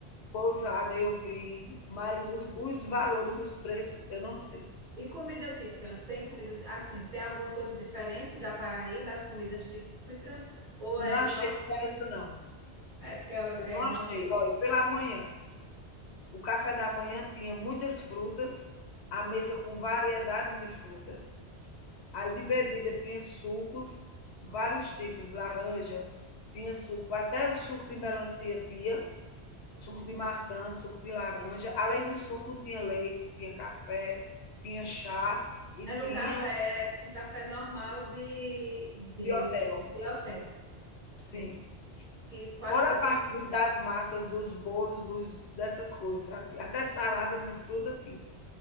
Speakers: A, on the left; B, on the right.
A: pousada eu vi, mas os os valores, os preços, eu não sei.
B: E comida típica? Tem comida assim, tem alguma coisa diferente da Paraíba, as comidas típicas, ou
A: Não
B: é,
A: achei
B: no-
A: diferença não,
B: é porque é,
A: eu não
B: é
A: achei.
B: norde...
A: Olha, pela manhã, o café da manhã tinha muitas frutas, a mesa com variedades de frutas. Aí de bebida tinha sucos, vários tipos, laranja, tinha suco, até o suco de melancia tinha, suco de maçã, suco de laranja. Além do suco, tinha leite, tinha café, tinha chá e
B: era
A: tinha
B: um café, um café normal de, de,
A: de hotel.
B: de hotel, sim.
A: Sim.
B: que quase
A: Fora
B: todos,
A: a parte dos- das massas, dos bolos, dos, dessas coisas, assim. Até salada de fruta tinha,